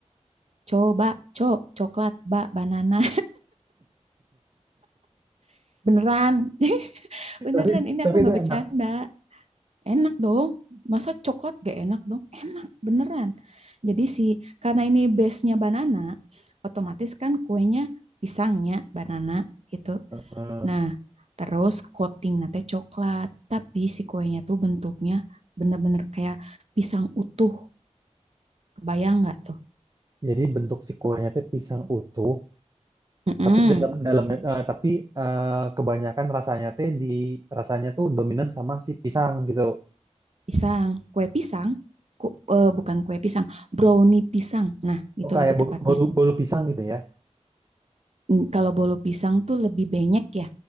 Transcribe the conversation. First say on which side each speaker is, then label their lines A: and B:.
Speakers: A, on the right; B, on the right.
A: coba co, coklat, ba, banana. <laughs> Beneran, <laughs> beneran.
B: tapi
A: Ini
B: tapi
A: aku nggak
B: itu
A: bercanda.
B: enak
A: Enak dong. Masa coklat gak enak dong? Enak beneran. Jadi si karena ini base-nya banana, otomatis kan kuenya pisangnya banana gitu.
B: Heeh.
A: Nah, terus coating nanti coklat, tapi si kuenya tuh bentuknya bener-bener kayak pisang utuh. Kebayang nggak tuh?
B: Jadi bentuk si kuahnya teh pisang utuh,
A: Mm-mm.
B: tapi dalam dalam eh, tapi eh, kebanyakan rasanya teh di rasanya tuh dominan sama si pisang gitu.
A: Pisang, kue pisang, Ku- eh, bukan kue pisang, brownie pisang. Nah, gitu
B: Oh, kayak
A: lebih
B: bolu,
A: tepatnya.
B: bolu, bolu pisang gitu ya.
A: Mm, Kalau bolu pisang tuh lebih banyak ya.